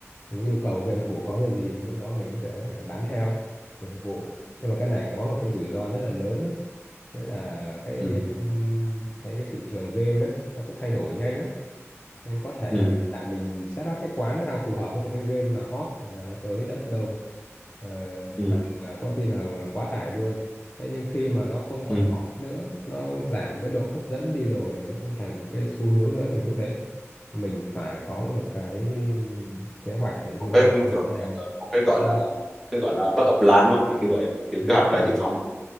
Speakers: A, on the left; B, in the centre.
A: những cái nhu cầu game thủ có cái gì thì lúc đó mình cũng sẽ phải bám theo để phục vụ nhưng mà cái này có một cái rủi ro rất là lớn đấy, đấy là cái
B: ừ
A: um, thấy cái thị trường game ấy nó cũng thay đổi nhanh lắm nên có thể
B: ừ
A: hiện tại mình set up cái quán nó đang phù hợp với một cái game là hot là nó tới đất đông Ờ,
B: ừ,
A: hàng ờ, có khi nào là quá tải luôn thế nhưng khi mà nó không còn
B: ừ.
A: hot nữa nó giảm cái độ hấp dẫn đi rồi nó không thành một cái xu hướng nữa thì lúc đấy mình phải có một cái kế hoạch để luôn
B: một cái
A: luôn
B: một
A: đuổi
B: cái gọi
A: theo
B: là một cái gọi
A: đúng không?
B: là cái gọi là backup plan đúng không kiểu kiểu vậy kiểu
A: Đúng
B: kế hoạch ra
A: rồi.
B: dự phòng á.